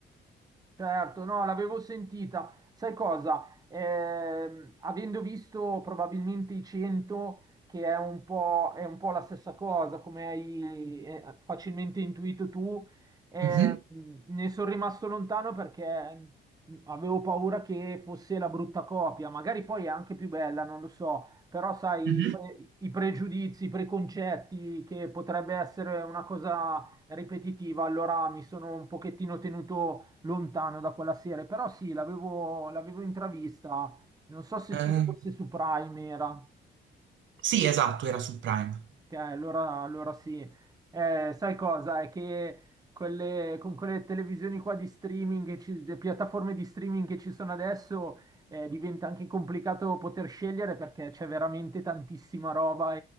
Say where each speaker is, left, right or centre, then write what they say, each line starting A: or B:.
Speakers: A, on the right; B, on the right.
A: Certo, no, l'avevo sentita. Sai cosa? Ehm, avendo visto probabilmente i 100, che è un po', è un po' la stessa cosa, come hai eh, facilmente intuito tu, eh,
B: Mhm.
A: ne sono rimasto lontano perché avevo paura che fosse la brutta copia. Magari poi è anche più bella, non lo so, però sai,
B: Mhm.
A: i pre- i pregiudizi, i preconcetti, che potrebbe essere una cosa ripetitiva, allora mi sono un pochettino tenuto lontano da quella serie, però sì, l'avevo l'avevo intravista, non so se
B: Eh,
A: su, fosse su Prime era,
B: sì, esatto, era su Prime.
A: che allora, allora sì. Eh, sai cosa? È che quelle- con quelle televisioni qua di streaming, che ci- le piattaforme di streaming che ci sono adesso, eh, diventa anche complicato poter scegliere perché c'è veramente tantissima roba